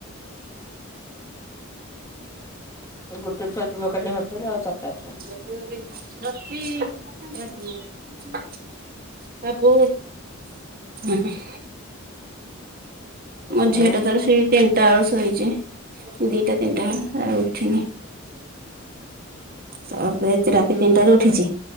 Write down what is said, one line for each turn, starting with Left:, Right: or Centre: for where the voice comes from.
Left: ଗୋଟେ ଛୁଆ ଯିବ ଖାଲି ହଷ୍ଟେଲ ଆଉ ଚାରଟା ଛୁଆ।
Right: ଯଦିଓ ଆମେ ଯଦି <unintelligible> ତା ବୋଉ ହୁଁ ହୁଁ।
Left: ଛୁଆ
Right: ମୋ ଝିଅଟା ତାର ସେଇ ତିନ୍ ଟା ବେଳୁ ଶୋଇଛି ଦିଟା ତିନିଟା ଆଉ ଉଠିନି। ତ ପେ ସେ ରାତି ତିନିଟାରୁ ଉଠିଛି।